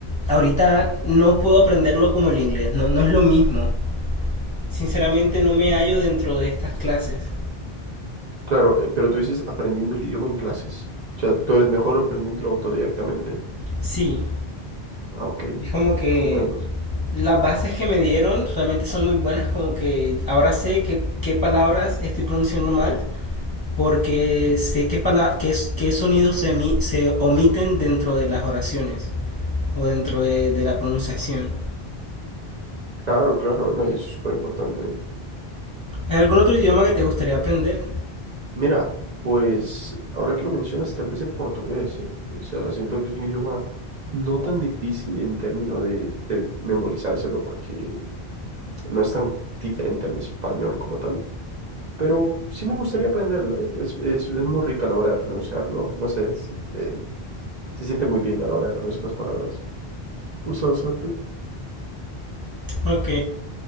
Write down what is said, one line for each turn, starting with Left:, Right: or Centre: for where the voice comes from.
Left: ahorita no puedo aprenderlo como el inglés, no, no es lo mismo. Sinceramente no me hallo dentro de estas clases.
Right: Claro, eh, pero tú dices aprendiendo el idioma en clases. O sea, tú eres mejor aprendiéndolo autodidactamente.
Left: Sí,
Right: Ah, ok,
Left: es como que
Right: comprendo.
Left: las bases que me dieron realmente son muy buenas, como que ahora sé qué, qué palabras estoy pronunciando mal, porque sé qué, pala- qué, qué sonidos se, emi- se omiten dentro de las oraciones o dentro de, de la pronunciación.
Right: Claro, claro, no, y es súper importante.
Left: ¿Hay algún otro idioma que te gustaría aprender?
Right: Mira, pues ahora que lo mencionas, tal vez el portugués, ¿eh? O sea, siento que es un idioma no tan difícil en términos de, de memorizárselo, porque no es tan diferente al español como tal. pero sí me gustaría aprenderlo, ¿eh? Es, es, es muy rica a la hora de pronunciarlo, no sé, es, eh, se siente muy bien a la hora de pronunciar las palabras. Usa bastante.
Left: Ok.